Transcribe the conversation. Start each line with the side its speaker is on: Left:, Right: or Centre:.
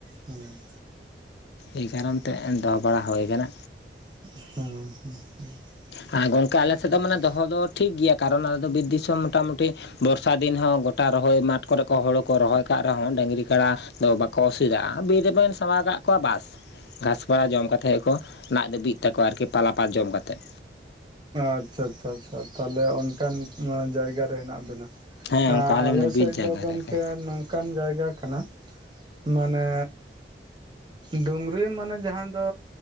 Right: ᱦᱩᱸ
Left: ᱮᱭ ᱠᱟᱨᱚᱱ ᱛᱮ ᱫᱚᱦᱚ ᱵᱟᱲᱟ ᱦᱩᱭ ᱠᱟᱱᱟ
Right: ᱦᱩᱸ ᱦᱩᱸ ᱦᱩᱸ
Left: ᱟᱨ ᱜᱚᱝᱠᱮ ᱟᱞᱮ ᱥᱮᱫ ᱫᱚ ᱢᱟᱱᱮ ᱫᱚᱦᱚ ᱫᱚ ᱴᱷᱤᱠ ᱜᱮᱭᱟ ᱠᱟᱨᱚᱱ ᱟᱞᱮᱫᱚ ᱵᱤᱨ ᱫᱤᱥᱚᱢ ᱢᱚᱴᱟᱢᱩᱴᱤ ᱵᱚᱨᱥᱟ ᱫᱤᱱ ᱦᱚᱸ ᱜᱚᱴᱟ ᱨᱚᱦᱚᱭ ᱢᱟᱴᱷ ᱠᱚᱨᱮ ᱠᱚ ᱦᱩᱲᱩ ᱠᱚ ᱨᱚᱦᱚᱭ ᱠᱟᱜ ᱨᱮᱦᱚᱸ ᱰᱟᱹᱝᱨᱤ ᱠᱟᱲᱟ ᱫᱚ ᱵᱟ ᱚᱥᱵᱤᱫᱷᱟ ᱵᱤᱨ ᱨᱮᱵᱮᱱ ᱥᱟᱵᱟ ᱠᱟᱜ ᱛᱚᱣᱟ ᱵᱟᱥ ᱜᱷᱟᱸᱥ ᱠᱚ ᱡᱚᱢ ᱠᱟ ᱠᱟᱛᱮᱫ ᱠᱚ ᱞᱟᱫ ᱞᱟᱹᱵᱤᱜ ᱛᱟᱠᱚᱣᱟ ᱟᱨᱠᱤ ᱯᱟᱞᱟ ᱯᱟᱛ ᱡᱚᱢ ᱠᱟᱛᱮᱫ
Right: ᱟᱪᱪᱷᱟ ᱪᱷᱟ ᱪᱟᱷᱟ ᱛᱟᱦᱞᱮ ᱚᱱᱠᱟᱱ ᱡᱟᱭᱜᱟᱟᱨ ᱨᱮ ᱦᱮᱱᱟᱜ ᱵᱮᱱᱟ
Left: ᱦᱮᱸ
Right: ᱟ
Left: ᱚᱱᱠᱟ
Right: ᱟᱞᱮ
Left: ᱢᱟᱱᱮ ᱵᱤᱨ
Right: ᱥᱮᱫ
Left: ᱡᱟᱭᱜᱟ
Right: ᱫᱚ ᱜᱚᱝᱠᱮ
Left: ᱨᱮ ᱟᱨᱠᱤ
Right: ᱚᱱᱠᱟᱱ ᱡᱟᱭᱜᱟ ᱠᱟᱱᱟ ᱢᱟᱱᱮ ᱰᱩᱝᱨᱤ ᱢᱟᱱᱮ ᱡᱟᱦᱟᱸ ᱫᱚ